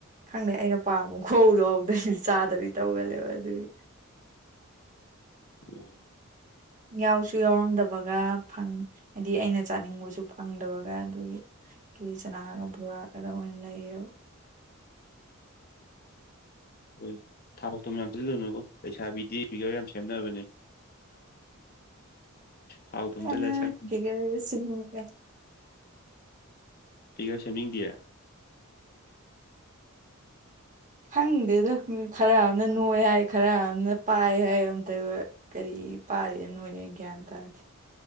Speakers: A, on the right (about 35°); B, on the left (about 45°).
A: ꯈꯪꯗꯦ ꯑꯩꯅ ꯄꯥꯝꯕ ꯈꯨꯍꯧꯗꯣ ꯍꯧꯗ꯭ꯔꯗꯤ ꯆꯥꯗꯕꯤꯗꯤ ꯇꯧꯒꯜꯂꯦꯕ ꯑꯗꯨꯗꯤ
B: ꯑꯣ
A: ꯌꯥꯎꯁꯨ ꯌꯥꯎꯔꯝꯗꯕꯒ ꯐꯪ ꯍꯥꯏꯗꯤ ꯑꯩꯅ ꯆꯥꯅꯤꯡꯕꯁꯨ ꯐꯪꯗꯕꯒ ꯑꯗꯨꯒꯤ ꯀꯦꯂꯤ ꯆꯅꯥꯒ ꯕꯣꯔꯥꯒꯗ ꯑꯣꯏꯅ ꯂꯩꯌꯦꯕ
B: ꯍꯣꯏ ꯊꯥꯎ ꯊꯨꯝ ꯌꯥꯝꯁꯤꯜꯂꯨꯅꯕꯣ ꯂꯩꯩꯁꯥꯕꯤꯗꯤ ꯐꯤꯒꯔ ꯌꯥꯝ ꯁꯦꯝꯅꯕꯅꯦ
A: <unintelligible>
B: ꯊꯥꯎ ꯊꯨꯝ
A: ꯑ
B: ꯆꯥꯁꯤꯜꯂ ꯁꯛ
A: ꯍꯤꯒ ꯁꯤꯃꯒ
B: ꯄꯤꯒꯔ ꯁꯦꯝꯅꯤꯡꯗꯦ
A: ꯈꯪꯗꯦ ꯑꯗꯣ ꯃꯤ ꯈꯔ ꯑꯃꯅ ꯅꯣꯏ ꯍꯥꯏ ꯈꯔ ꯑꯃꯅ ꯄꯥꯏ ꯍꯥꯏ ꯑꯝꯇꯕ ꯀꯔꯤ ꯄꯥꯔꯤꯅ ꯅꯣꯏꯔꯦ ꯒ꯭ꯌꯥꯟ ꯇꯥꯔꯗꯤꯦ